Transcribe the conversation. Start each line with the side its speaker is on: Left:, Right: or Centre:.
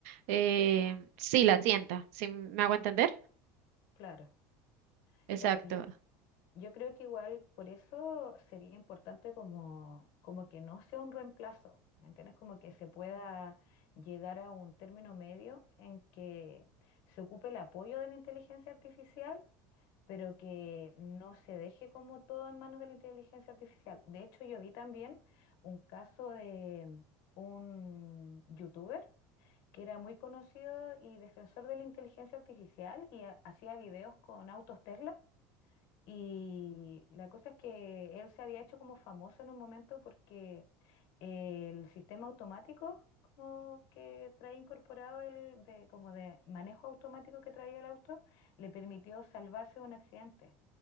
Right: eh, sí la sienta, ¿sí me hago entender?
Left: Claro,
Right: Exacto,
Left: claro. Yo Yo creo que igual por eso sería importante como, como que no sea un reemplazo, ¿me entiendes? Como que se pueda llegar a un término medio en que se ocupe el apoyo de la inteligencia artificial, pero que no se deje como todo en manos de la inteligencia artificial. De hecho, yo vi también un caso de un youtuber que era muy conocido y defensor de la inteligencia artificial y ha- hacía videos con autos Tesla. Y la cosa es que él se había hecho como famoso en un momento porque el sistema automático como que trae incorporado el de como de manejo automático que traía el auto le permitió salvarse de un accidente.